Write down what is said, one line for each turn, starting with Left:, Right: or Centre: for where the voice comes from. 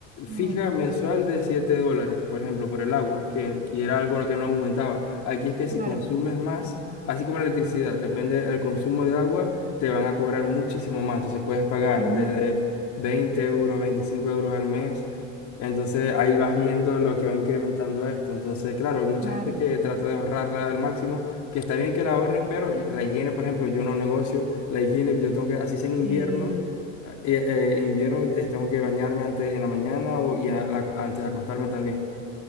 Left: fija
Right: Mm,
Left: mensual de 7 dólares, por ejemplo, por el agua, que, y era algo que no aumentaba. Aquí es que si
Right: claro,
Left: consumes más, así como la electricidad, depende del consumo de agua, te van a cobrar muchísimo más. Entonces puedes pagar
Right: hay multas,
Left: desde 20 euros, 25 euros al mes. Entonces ahí vas viendo lo que va incrementando esto. Entonces, claro, hay mucha
Right: claro.
Left: gente que trata de ahorrarla al máximo que está bien que la ahorren, pero la higiene, por ejemplo, yo no negocio, la higiene yo tengo que, así sea en invierno,
Right: Sí.
Left: ah, eh, eh, en invierno eh, tengo que bañarme antes en la mañana o, y a- la- antes de acostarme también.